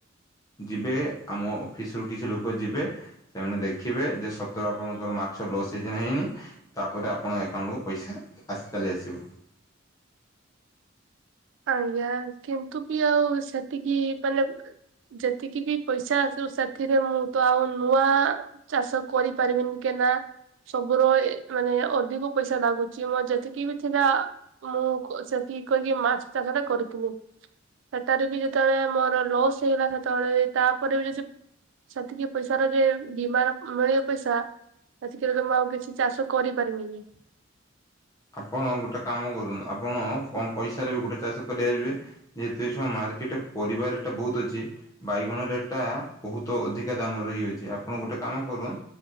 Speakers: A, on the left; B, on the right.
A: ଯିବେ, ଆମ ଅଫିସରୁ କିଛି ଲୋକ ଯିବେ ସେମାନେ ଦେଖିବେ ଯେ ଆପଣଙ୍କର ମାଛ ଲସ ହେଇଚି ନା ହେଇନି ତାପରେ ଆପଣଙ୍କ ଆକାଉଣ୍ଟକୁ ପଇସା ଚାଲି ଆସିବ। <unintelligible>
B: ଆଜ୍ଞା କିନ୍ତୁ ବି ଆଉ ସେତିକି ମାନେ ଯେତିକି ବି ପଇସା ଆସିବ ସେଥିରେ ମୁଁ ତ ଆଉ ନୂଆ ଚାଷ କରିପାରିବିନି କେ ନା। ସବୁର ମାନେ ଅଧିକ ପଇସା ଲାଗୁଛି ମୋର ଯେତିକି ବି ଥିଲା ମୁଁ କି କରିକି ମାଛଚାଷଟା କରୁଥିଲି। ସେଟାରେ ବି ଯେତେବେଳେ ମୋର ଲସ୍ ହେଇଗଲା ସେତେବେଳେ ତାପରେ ବି ଯଦି ସେତିକି ପଇସାର ଯେ ବୀମାର ମିଳିବ ପଇସା ଏତିିକରେ ତ ମୁଁ ଆଉ କିଛି ଚାଷ କରିପାରିବିନି।
A: ଆପଣ ଗୋଟେ କାମ କରନ୍ତୁ ଆପଣ କମ ପଇସାରେ ବି ଗୋଟେ ଚାଷ କରିପାରିବେ ଯେହେତୁ ଏ ଛୁଆ ମା ପରିବା ରେଟ ବହୁତ ଅଛି, ବାଇଗଣ ରେଟଟା ବହୁତ ଅଧିକା ଦାମ ରହିଯାଉଛି ଆପଣଙ୍କର ଗୋଟେ କାମ କର